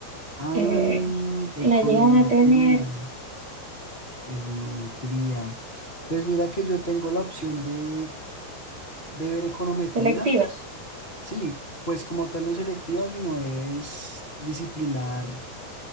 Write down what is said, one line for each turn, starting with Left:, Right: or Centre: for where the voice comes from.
Left: Ah,
Right: eh,
Left: econometría.
Right: la llegan a tener
Left: Econometría. Pues mira que yo tengo la opción de, de ver econometría.
Right: selectivas.
Left: Sí, pues como tal no es selectiva, sino es disciplinar